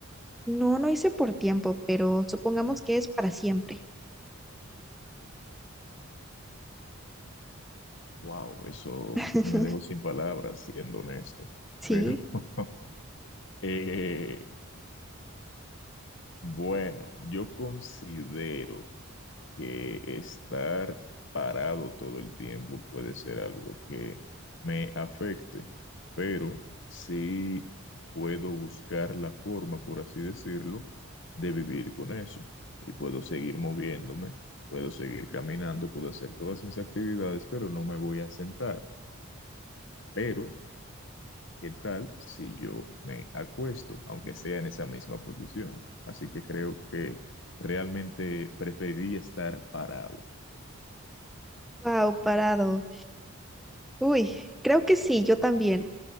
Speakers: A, in the centre; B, on the left.
A: No, no hice por tiempo, pero supongamos que es para siempre.
B: Wow, eso
A: <laughs>
B: me dejó sin palabras, siendo honesto.
A: Sí,
B: Pero <laughs> eh, bueno, yo considero que estar parado todo el tiempo puede ser algo que me afecte, pero sí puedo buscar la forma, por así decirlo, de vivir con eso. Y puedo seguir moviéndome, puedo seguir caminando, puedo hacer todas mis actividades, pero no me voy a sentar. Pero ¿Qué tal si yo me acuesto, aunque sea en esa misma posición? Así que creo que realmente preferiría estar parado.
A: wow, parado. Uy, creo que sí, yo también.